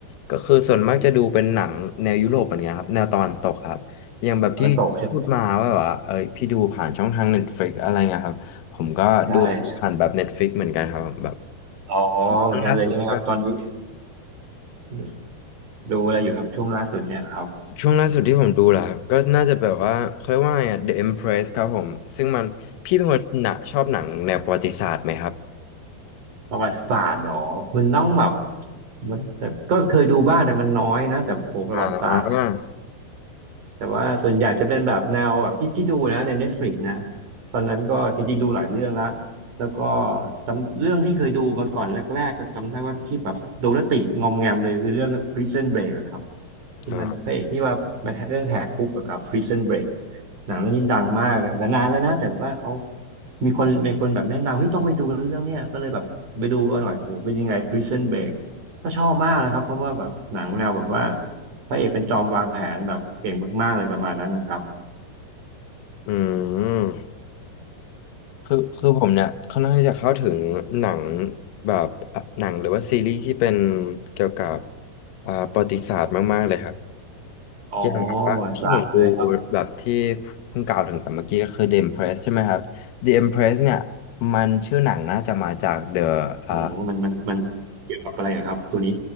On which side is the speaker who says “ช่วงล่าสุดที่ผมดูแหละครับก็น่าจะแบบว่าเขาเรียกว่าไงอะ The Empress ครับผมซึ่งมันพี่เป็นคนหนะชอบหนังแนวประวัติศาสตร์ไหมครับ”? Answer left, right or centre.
Left